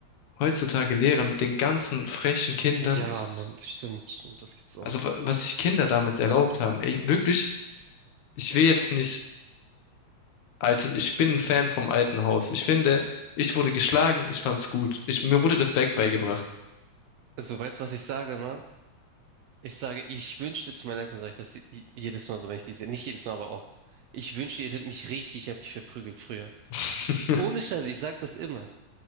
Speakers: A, on the left; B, on the right.
A: heutzutage Lehrer mit den ganzen frechen Kindern
B: Ja,
A: ist,
B: Mann, stimmt, stimmt, das gibt's auch
A: also
B: noch.
A: wa- was sich Kinder damals erlaubt haben. Ey, wirklich, ich will jetzt nicht Altes, ich bin ein Fan vom alten Haus. Ich finde, ich wurde geschlagen, ich fand's gut. Ich, mir wurde Respekt beigebracht.
B: Also, weißt du, was ich sage immer? Ich sage, ich wünschte zu meinen Eltern, sage ich das i- jedes Mal so, wenn ich die sehe. Nicht jedes Mal, aber oft. Ich wünschte, ihr hättet mich richtig heftig verprügelt früher.
A: <laughs>
B: Ohne Scheiße, ich sag das immer.